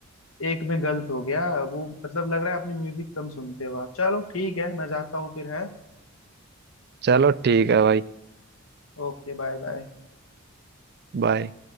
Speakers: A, on the left; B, on the right.
A: एक में गलत हो गया वो मतलब लग रहा है अपने म्यूजिक कम सुनते हो आप चलो ठीक है मैं जाता हूँ फिर है
B: चलो ठीक है भाई
A: Okay bye bye
B: बाय